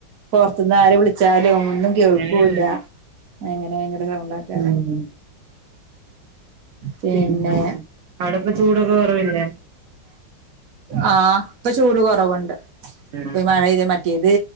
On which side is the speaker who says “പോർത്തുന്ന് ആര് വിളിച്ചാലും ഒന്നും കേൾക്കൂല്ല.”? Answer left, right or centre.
Right